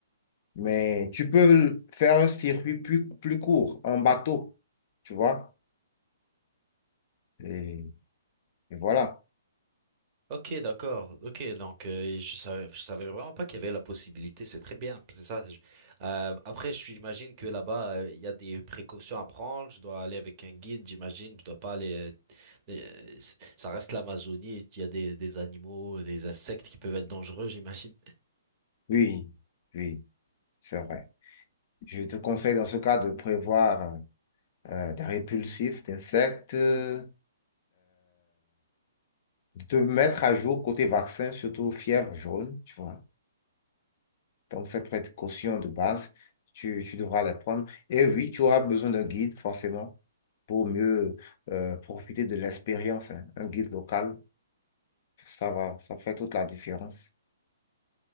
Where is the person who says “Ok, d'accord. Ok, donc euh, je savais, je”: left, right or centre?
Right